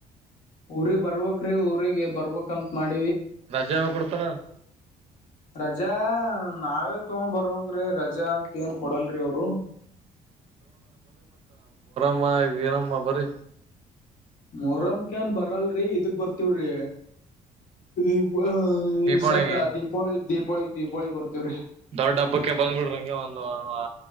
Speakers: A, on the left (about 70°); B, on the right (about 45°).
A: ಊರಿಗೆ ಬರ್ಬಕ್ರಿ ಊರಿಗೆ ಬರ್ಬೇಕಂತ್ ಮಾಡ್
B: ರಜ ಯಾವಗ್ ಕೊಡ್ತಾರ.
A: ರಜಾ ನಾವೇ ತಗೊಂಡ್ ಬರ್ಬೇಕ್ರಿ ರಜಾ ಅಂತ ಏನ್ ಕೊಡಲ್ರಿ ಅವ್ರು.
B: ಮ್ಮ ಎ ನಮ್ಮ ಬರ್ರೀ
A: ಮೊರಂ ಕ್ಕೆನ್ ಬರಲ್ರಿ ಇದುಕ್ ಬರ್ತಿವ್ರಿ. ದೀಪ
B: ದೀಪಾವಳಿಗೆ
A: ಈ ಸದ್ ದೀಪಾವಳಿ ದೀಪಾವಳಿಗ್ ದೀಪಾವಳಗ್ ಬರ್ತೇವ್ರೀ.
B: ದೊಡ್ಡ ಹಬ್ಬಕ್ಕೆ ಬಂದ್ಬಿಡ್ರಂಗೆ ಒಂದು ಆ